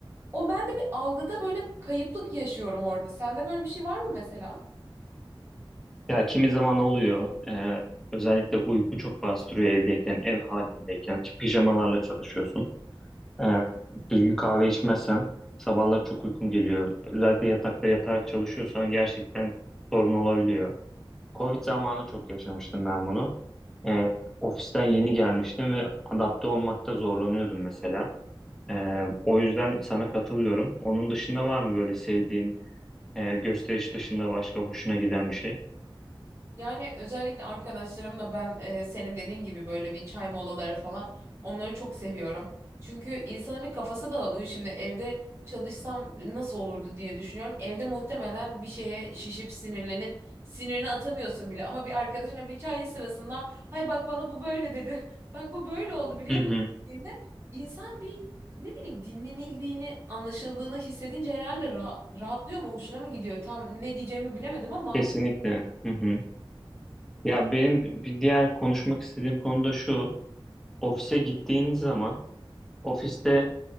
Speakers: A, on the right; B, in the centre.
A: O ben de bir algıda böyle kayıplık yaşıyorum orada. Sende böyle bir şey var mı mesela?
B: Ya kimi zaman oluyor. Ee, özellikle uyku çok bastırıyor evdeyken, ev halindeyken. Ki Pijamalarla çalışıyorsun. Ee, düzgün kahve içmezsen sabahlar çok uykun geliyor. Özellikle yatakta yatarak çalışıyorsan gerçekten sorun olabiliyor. Covid zamanı çok yaşamıştım ben bunu. Ee, ofisten yeni gelmiştim ve adapte olmakta zorlanıyordum mesela. Ee, o yüzden sana katılıyorum. Onun dışında var mı böyle sevdiğin e, gösteriş dışında başka hoşuna giden bir şey?
A: Yani özellikle arkadaşlarımla ben e, senin dediğin gibi böyle bir çay molaları falan onları çok seviyorum. Çünkü insanın bir kafası dağılıyor. Şimdi evde çalışsam nasıl olurdu diye düşünüyorum. Evde muhtemelen bir şeye şişip sinirlenip sinirini atamıyorsun bile. Ama bir arkadaşına bir çay sırasında hay bak bana bu böyle dedi. <laughs> Bak bu böyle oldu biliyor
B: Hı hı.
A: musun? dediğinde insan bir ne bileyim dinlenildiğini anlaşıldığını hissedince herhalde rahat, rahatlıyor mu hoşuna mı gidiyor tam ne diyeceğimi bilemedim ama
B: Kesinlikle. Hı hı. Ya benim bir diğer konuşmak istediğim konu da şu. Ofise gittiğiniz zaman ofiste